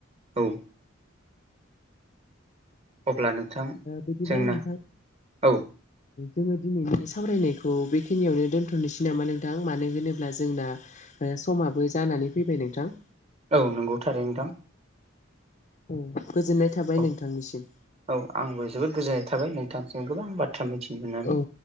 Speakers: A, on the right; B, on the left.
A: औ अब्ला नोंथां
B: बिदिब्ला
A: जोंना
B: नोंथां
A: औ
B: जोङो दिनैनि सावरायनायखौ बेखिनियावनो दोन्थ'नोसै नामा नोंथां मानो होनोब्ला जोंना समाबो जानानै फैबाय नोंथां
A: औ नंगौ थारैनो नोंथां।
B: औ गोजोननाय थाबाय
A: औ
B: नोंथांनिसिम।
A: औ आंबो जोबोद गोजोननाय थाबाय नोंथांसिम गोबां बाथ्रा मिथिनो मोननानै
B: औ